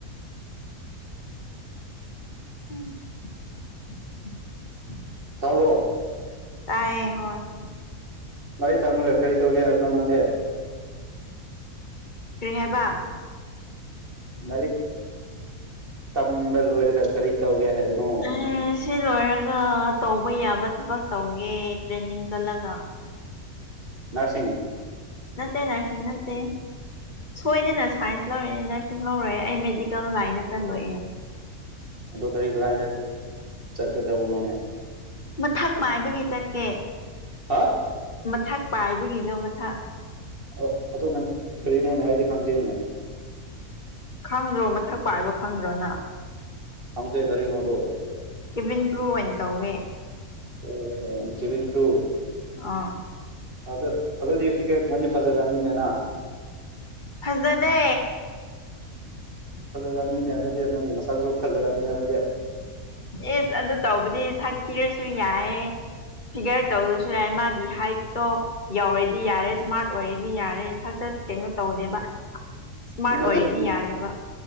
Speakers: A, on the left; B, on the right.
A: <unintelligible>
B: ꯊꯥꯕ꯭ꯔꯣ꯫
A: ꯇꯥꯏꯌꯦ ꯍꯣꯏ꯫
B: ꯂꯥꯏꯔꯤꯛ ꯇꯝꯔꯒ ꯀꯔꯤ ꯇꯧꯒꯦ ꯍꯥꯏꯕꯅꯣ ꯅꯪꯗꯤ꯫
A: ꯀ꯭ꯔꯤ ꯍꯥꯏꯕ꯫
B: ꯂꯥꯏꯔꯤꯛ꯫ ꯇꯝꯕ ꯂꯣꯏꯔꯒ ꯀꯔꯤ ꯇꯧꯒꯦ ꯍꯥꯏꯕꯅꯣ꯫
A: ꯑꯦ ꯁꯤ ꯂꯣꯏꯔꯒ ꯇꯧꯕ ꯌꯥꯕ ꯊꯕꯛ ꯇꯧꯒꯦ ꯇ꯭ꯔꯦꯅꯤꯡ ꯆꯠꯂꯒ꯫
B: ꯅꯥꯔꯁꯤꯡ꯫
A: ꯅꯠꯇꯦ ꯅꯔꯁꯤꯡ ꯅꯠꯇꯦ꯫ ꯁꯣꯏꯗꯅ ꯁꯥꯏꯟꯁ ꯂꯧꯔꯤꯅꯦ ꯅꯔꯁꯤꯡ ꯂꯧꯔꫭꯏꯑꯦ ꯑꯩ ꯃꯦꯗꯤꯀꯦꯜ ꯂꯥꯏꯟꯗ ꯆꯠꯂꯣꯏꯑꯦ꯫
B: ꯑꯗꯣ ꯀꯔꯤ ꯂꯥꯏꯟꯗ ꯆꯠꯀꯗꯕꯅꯣꯅꯦ꯫
A: ꯃꯊꯛ ꯃꯥꯏꯕꯒꯤ ꯆꯠꯀꯦ꯫
B: ꯍꯥ꯫
A: ꯃꯊꯥꯛ ꯄꯥꯏꯕꯒꯤꯗꯣ ꯃꯊꯛ꯫
B: ꯑ ꯑꯗꯨꯅ ꯀꯔꯤꯅꯣꯅꯦ ꯑꯩꯗꯤ ꯈꯪꯗꯦꯅꯦ꯫
A: ꯈꯪꯗ꯭ꯔꯣ ꯃꯊꯛ ꯄꯥꯏꯕ ꯈꯪꯗ꯭ꯔꯣ ꯅꯪ꯫
B: ꯈꯪꯗꯦ ꯀꯔꯤꯅꯣ ꯑꯗꯨ꯫
A: ꯀꯤꯚꯤꯟ ꯀ꯭ꯔꯨ ꯑꯣꯏꯅ ꯇꯧꯒꯦ꯫
B: ꯑꯣ ꯀꯦꯕꯤꯟ ꯀ꯭ꯔꯨ꯫
A: ꯑꯥ꯫
B: ꯑꯗꯨ ꯑꯗꯨꯗꯤ ꯐꯤꯒꯔꯒꯨꯝꯕꯗꯤ ꯐꯖꯔꯝꯅꯤꯗ ꯅ꯫
A: ꯐꯖꯗꯦ꯫
B: ꯐꯖꯔꯝꯅꯤꯅꯦ ꯑꯗꯨꯗꯤ ꯅꯪꯒꯤ ꯃꯁꯛꯁꯨ ꯐꯖꯔꯝꯅꯤ ꯑꯗꯨꯗꯤ꯫
A: ꯑꯦꯁ ꯑꯗꯨ ꯇꯧꯕꯗꯤ ꯁꯛ ꯊꯤꯔꯁꯨ ꯌꯥꯏ꯫ ꯐꯤꯒꯔ ꯇꯧꯔꯁꯨ ꯌꯥꯏ ꯃꯥꯒꯤ ꯍꯥꯏꯠꯇꯣ꯫ ꯌꯧꯔꯗꯤ ꯌꯥꯔꯦ ꯁ꯭ꯃꯥꯔꯠ ꯑꯣꯏꯔꯦꯗꯤ ꯌꯥꯔꯦ ꯁꯛꯇ ꯀꯩꯅꯣ ꯇꯧꯗꯦꯕ꯫ ꯑ ꯁ꯭ꯃꯥꯔꯠ
B: ꯅꯠꯇꯦ
A: ꯑꯣꯏꯔꯗꯤ ꯌꯥꯔꯦꯕ꯫